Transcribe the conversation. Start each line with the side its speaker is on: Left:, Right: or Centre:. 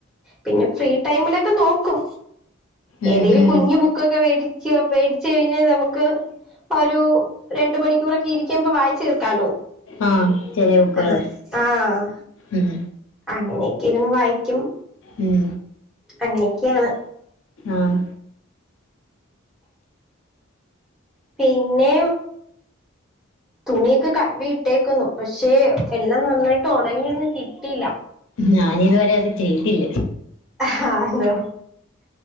Centre: പിന്നെ ഫ്രീ ടൈമിലൊക്കെ നോക്കും
Left: ഉം
Centre: ഏതേലും
Left: ഉം
Centre: കുഞ്ഞി ബു ബുക്കൊക്കെ വേടിച്ച് വേടിച്ച് കഴിഞ്ഞ് നമുക്ക് ഒരു രണ്ട മണിക്കൂറൊക്കെ ഇരിക്കുമ്പൊ വായിച്ചു തീർക്കാലോ
Left: ആ ചെറിയ ബുക്കോളു
Centre: ആ ആഹ്
Left: ഉം
Centre: അങ്ങനെയൊക്കെ ഇരുന്ന് വായിക്കും
Left: ഉം
Centre: അങ്ങനെയൊക്കെയാണ്
Left: ആഹ്
Centre: പിന്നെ തുണിയൊക്കെ കഴുവി ഇട്ടേക്കുന്നു പക്ഷെ എല്ലാം നന്നായിട്ട് ഉണങ്ങിയൊന്നും കിട്ടില്ല
Left: ഞാൻ ഇതുവരെ അത് ചെയ്തില്ല
Centre: ആ ന്തോ